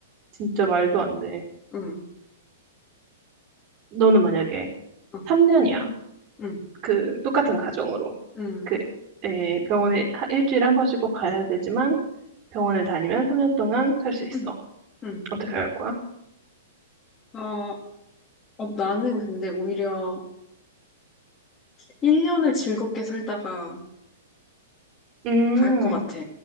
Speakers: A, on the right (about 40°); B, on the left (about 20°).
A: 진짜 말도 안 돼.
B: 응,
A: 너는 만약에
B: 응,
A: 3년이야.
B: 응,
A: 그, 똑같은 가정으로.
B: 응,
A: 그, 에, 병원에 하- 일주일에 한 번씩 꼭 가야 되지만 병원을 다니면 3년 동안 살 수 있어.
B: 응, 응.
A: 어떻게 할 거야?
B: 어, 어, 나는 근데 오히려 1년을 즐겁게 살다가
A: 음,
B: 갈 것 같아.